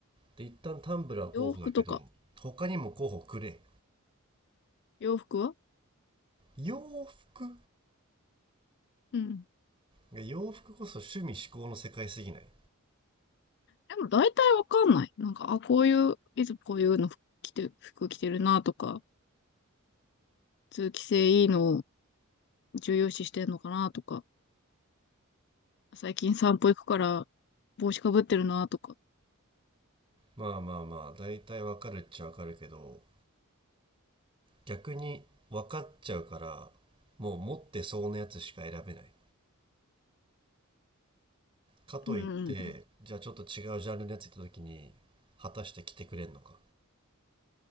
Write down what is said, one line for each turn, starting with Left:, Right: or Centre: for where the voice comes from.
Right: で一旦タンブラー候補だけど他にも候補くれ
Left: 洋服とか、洋服は
Right: 洋服
Left: うん。
Right: 洋服こそ趣味嗜好の世界すぎない
Left: でも大体わかんない。なんか、あ、こういう、いつもこういうの着て、服着てるなとか、通気性いいのを重要視してんのかなとか、最近散歩行くから帽子かぶってるなとか。
Right: まあまあまあ大体わかるっちゃわかるけど逆に分かっちゃうからもう持ってそうなやつしか選べないかといって、
Left: うん。
Right: じゃあちょっと違うジャンルのやつ行った時に、果たして着てくれんのか。